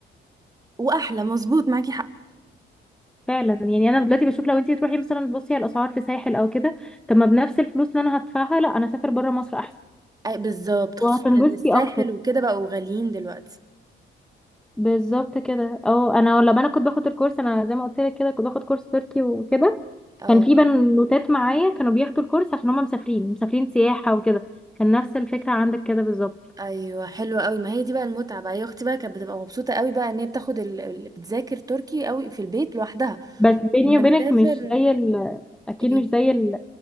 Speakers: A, on the right; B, in the centre.
A: واحلى مظبوط معاكي حق
B: فعلا يعني انا دلوقتي بشوف لو انت تروحي مثلا تبصي على الاسعار في ساحل او كده طب ما بنفس الفلوس اللي انا هدفعها لا انا اسافر بره مصر احسن
A: أي بالظبط خصوصا
B: وهتنبسطي
A: ان الساحل
B: اكتر
A: وكده بقوا غاليين دلوقتي
B: بالظبط كده او انا لما انا كنت باخد الكورس انا زي ما قلت لك كده كنت باخد كورس تركي وكده
A: اه
B: كان في بنوتات معايا كانوا بياخدوا الكورس عشان هم مسافرين مسافرين سياحة وكده كان نفس الفكرة عندك كده بالظبط
A: ايوه حلوه قوي ما هي دي بقى المتعه بقى هي اختي بقى كانت بتبقى مبسوطه قوي بقى ان هي بتاخد ال... ال- بتذاكر تركي قوي في البيت لوحدها
B: بس بيني
A: لما
B: وبينك
A: نسافر
B: مش زي ال... اكيد
A: ايه
B: مش زي